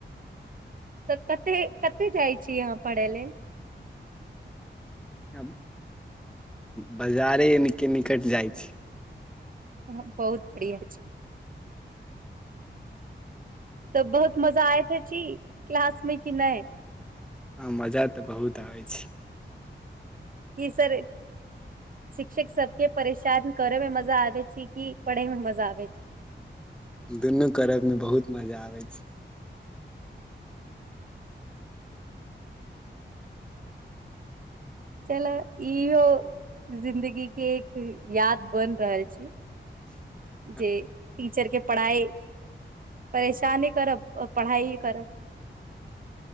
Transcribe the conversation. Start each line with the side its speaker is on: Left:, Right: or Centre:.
Right: तब कते कते जाइ छी अहाँ पढ़य लेल
Centre: हम बजारे निके निकट जाइ छी
Right: <unintelligible> तऽ बहुत मजा आयत छी क्लास मे की नहि
Centre: हँ मजा तऽ बहुत आबै छै
Right: ई सर शिक्षक सब के परेशान करऽ में मजा आबे छै कि पढ़े में मजा आबे छै
Centre: दुनू करऽ में बहुत मजा आबै छै
Right: चलु इहो जिंदगी के एक याद बैन रहल छी
Centre: <inaudible>
Right: जे टीचर के पढ़ाइ परेशाने करब आ पढ़ाईये करब